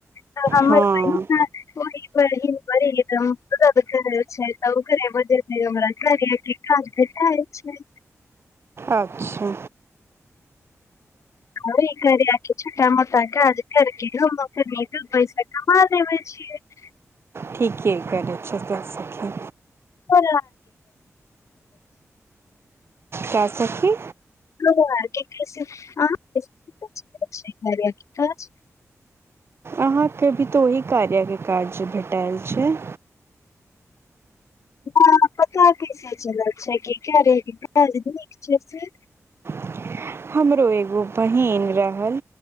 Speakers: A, on the left (about 65°); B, on the right (about 50°).
A: तऽ हमर
B: हाँ,
A: बहिन ओहि बहिन बरी एक दम दर्द करय छै ओकरे वजह सँ हमरा कार्या के काज भेटाइछैइ
B: अच्छा
A: घरी कार्या आ के छोटा मोटा काज करके घूम के लेल दू पैसा कमा लेबैइ छैइ जी
B: ठीके करे छैइ सखी
A: हँ
B: का सखी
A: ह <unintelligible> कि अछि कार्या के काज
B: अहाँके भी तऽ ओहि कार्या के काज भेटाएल छैइ
A: हँअ् पता कैसे चलैइ छैइ कि कार्या के काज नीक छैइ से
B: <inaudible> हमरो एगो बहिन रहल